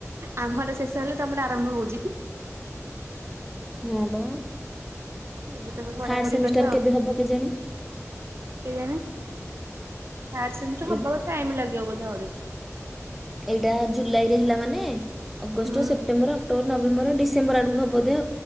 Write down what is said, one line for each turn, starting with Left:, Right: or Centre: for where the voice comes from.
Right: ଆମର ଶେଷ ହେଲେ ତମର ଆରମ୍ଭ ହଉଛି।
Centre: ହଁ ବା
Right: ଏବେ ତମେ ପଢାପଢି
Centre: ଥାର୍ଡ ସେମିଷ୍ଟାର
Right: କରିବ ଆଉ।
Centre: କେବେ ହବ କେଜାଣି?
Right: କେଜାଣି ଥାଡ୍ ସେମିଷ୍ଟାର
Centre: ଏଇ
Right: ହବାକୁ ଟାଇମ୍ ଲାଗିବ ବୋଧେ ଆହୁରି।
Centre: ଏଇଟା ଜୁଲାଇରେ ହେଲା ମାନେ ଅଗଷ୍ଟ
Right: ହୁଁ।
Centre: ସେପ୍ଟ ସେପ୍ଟେମ୍ବର ଅକ୍ଟୋବର ନଭେମ୍ବର ଡିସେମ୍ବର ଆଡ଼କୁ ହେବ ବୋଧେ।